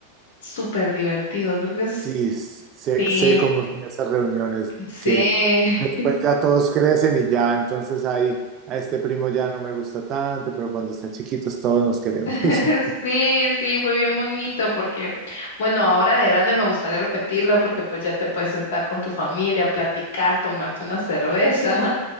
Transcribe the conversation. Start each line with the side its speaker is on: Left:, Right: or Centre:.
Left: súper divertido, creo que es...
Right: Sí, sé,
Left: Sí,
Right: sé cómo son esas reuniones
Left: sí,
Right: que después ya todos crecen y ya entonces ahí a este primo ya no me gusta tanto, pero cuando están chiquitos todos nos queremos.
Left: <laughs>
Right: <laughs>
Left: sí, sí, fue bien bonito porque, bueno, ahora de grande me gustaría repetirlo porque pues ya te puedes sentar con tu familia, platicar, tomarte una cerveza.